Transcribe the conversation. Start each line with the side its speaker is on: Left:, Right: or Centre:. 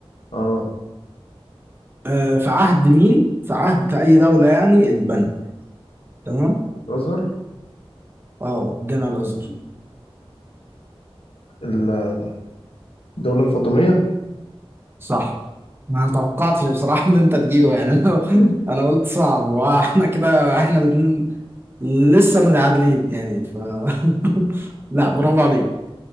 Left: اه
Right: آه في عهد مين في عهد اي دوله يعني اتبنى تمام
Left: الأزهر
Right: اه الجامع الازهر
Left: الدولة الفاطمية
Right: صح ما توقعتش بصراحه ان انت تجيبه يعني <laughs> انا
Left: <laughs>
Right: انا قلت صعب واحنا كده احنا الاثنين لسه متعادلين يعني ف <laughs> لا برافو عليك